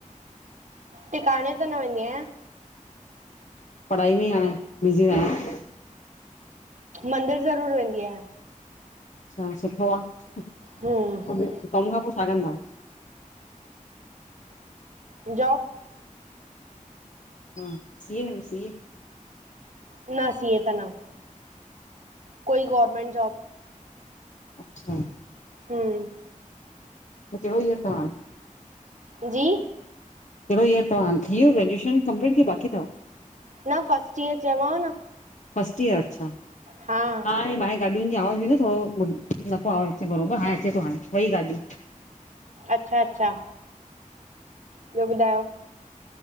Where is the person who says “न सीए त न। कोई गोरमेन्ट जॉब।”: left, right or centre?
Right